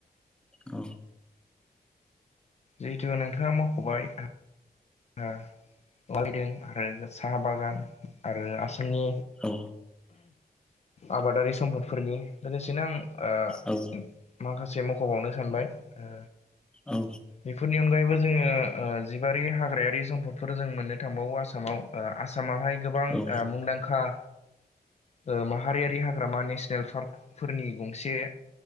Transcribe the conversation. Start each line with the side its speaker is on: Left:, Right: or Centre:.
Centre: औ
Left: जिहेतु नोंथाङा मावख'बाय ओ लायदों आरो साहा बागान आरो आसामनि
Centre: औ
Left: आबादारि सम्पदफोरनि लोगोसेनो आं
Centre: औ
Left: ओ माखासे मख'बावनो सानबाय ओ
Centre: औ
Left: बेफोरनि अनगायैबो जोङोह ओ जिबारि हाग्रायारि सम्दफोर जों मोननो थांबावो आसामाव। ओ आसामावहाय गोबां
Centre: औ
Left: ओ मुंदांखा ओ माहारियारि हाग्रामा नेसनेल पार्कफोरनि गंसे